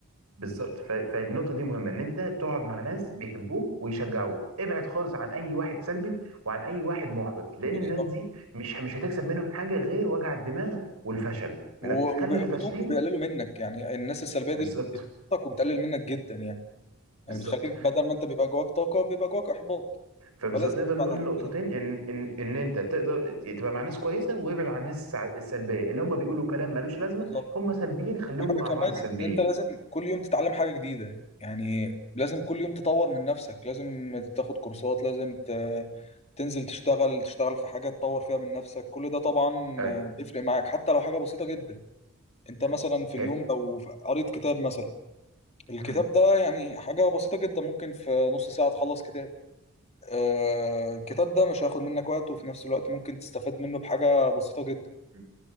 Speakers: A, on the right (about 80°); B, on the left (about 30°).
A: بالظبط ف- فالنقطة دي مهمة ان انت تقعد مع ناس بيحبوك ويشجعوك ابعد خالص عن اي واحد سلبي وعن اي واحد محبط لان
B: بالظبط
A: الناس دي مش مش هتكسب منهم حاجة غير وجع الدماغ والفشل من
B: و-
A: الآخر، خلي
B: وبيحبطوك
A: الفاشلين
B: وبيقللوا منك يعني الناس السلبية دي
A: بالظبط
B: بتحبطك وبتقلل منك جدا يعني
A: بالظبط
B: يعني بتخليك بدل ما انت بيبقى جواك طاقة بيبقى جواك احباط
A: فبالظبط
B: فلازم
A: نقدر
B: تبعد
A: نقول
B: عن
A: نقطتين
B: كل ده
A: ان ان ان انت تقدر تبقى مع ناس كويسه وابعد عن الناس السع- السلبيه اللي هم بيقولوا كلام ملوش لازمه
B: بالظبط
A: هم سلبيين خليهم
B: وحاجة
A: مع
B: كمان
A: بعض سلبيين
B: ان انت لازم كل يوم تتعلم حاجة جديدة يعني لازم كل يوم تطور من نفسك لازم تاخد كورسات لازم ت... تنزل تشتغل تشتغل في حاجة تطور فيها من نفسك كل ده طبعا
A: ايوه
B: بيفرق معاك حتى لو حاجة بسيطة جدا انت
A: مم.
B: مثلا في
A: هي-
B: اليوم لو قريت كتاب مثلا الكتاب
A: مم.
B: ده يعني حاجة بسيطة جدا ممكن في نص ساعة تخلص كتاب آه الكتاب ده مش هياخد منك وقت وفي نفس الوقت ممكن تستفاد منه بحاجة بسيطة جدا
A: مم.